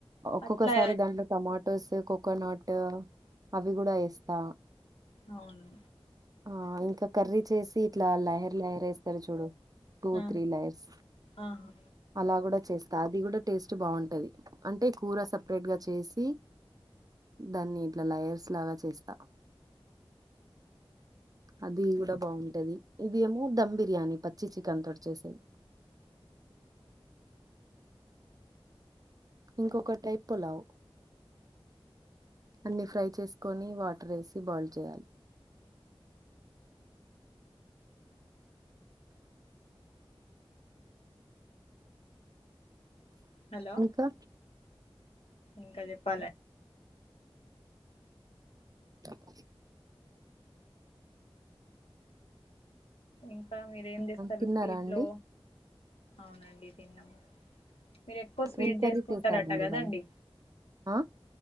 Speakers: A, on the right; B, on the left.
A: ఒక్కొక్కసారి
B: అట్లా
A: దాంట్లో టమా. టోస్ కోకోనట్ అవి కూడా ఏస్తా.
B: అవును.
A: ఆ ఇంకా కర్రీ చేసి ఇట్లా లాయర్ లాయర్ వేస్తారు చూడు. టూ
B: ఆ,
A: త్రీ లైర్స్.
B: ఆహా
A: అలా కూడా చేస్తా అది కూడా టేస్ట్ బాగుంటది అంటే కూర సపరేట్ గా చేసి. దాన్ని ఇట్లా లయర్స్ లాగా చేస్తా. అది కూడా బాగుంటది ఇదేమో ధమ్ బిర్యానీ పచ్చి చికెన్ తోటి చేసేది. ఇంకొక టైప్ పులావ్. అన్ని ఫ్రై చేసుకొని వాటర్ వేసి బాయిల్ చేయాలి.
B: హలో
A: ఇంకా
B: ఇంకా చెప్పాలె.
A: తప్ప.
B: ఇంకా మీరు ఏం చేస్తారు
A: తిన్నారా
B: స్వీట్లో
A: అండి
B: అవునండి తిన్నాము. మీరు ఎక్కువ స్వీట్
A: ఏం కర్రీ
B: చేసుకుంటారంట
A: చేసారండి
B: కదండి.
A: ఇవాళ ఆ